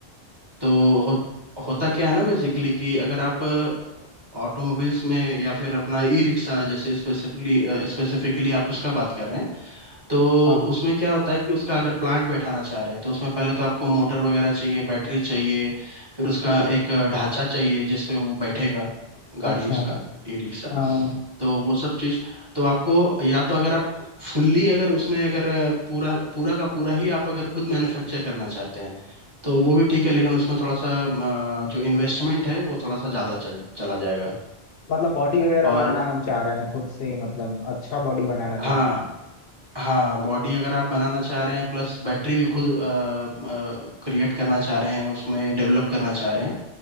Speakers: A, on the right (about 25°); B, on the left (about 65°).
A: तो हो, होता क्या है ना बेसिकली कि अगर आप ऑटोमोबाइल्स में या फिर अपना ई रिक्शा जैसे स्पेसिफिकली स्पेसिफिकली आप उसका बात कर रहे हैं तो
B: हाँ
A: उसमें क्या होता है कि उसका अगर प्लांट बैठाना चाह रहे हैं तो उसमें पहले तो आपको मोटर वगैरह चाहिए बैटरी चाहिए फिर उसका
B: हाँ,
A: एक ढांचा चाहिए जिसमें वो बैठेगा गाड़ी
B: अच्छा
A: उसका ई रिक्शा
B: हाँ
A: तो वो सब चीज तो आपको या तो अगर आप फुल्ली अगर उसमें अगर पूरा पूरा का पूरा ही आप अगर खुद मैन्युफैक्चर करना चाहते हैं तो वो भी ठीक है लेकिन उसमें थोड़ा सा अ, जो इन्वेस्टमेंट है वो थोड़ा सा ज़्यादा चल चला जाएगा
B: मतलब बॉडी वगैरह
A: और
B: बनाना हम चाह रहे हैं खुद से ही, मतलब अच्छा बॉडी बनाना
A: हाँ
B: चाह रहे हैं
A: हाँ बॉडी अगर आप बनाना चाह रहे हैं प्लस बैटरी भी खुद क्रिएट करना चाह रहे हैं उसमें डेवलप करना चाह रहे हैं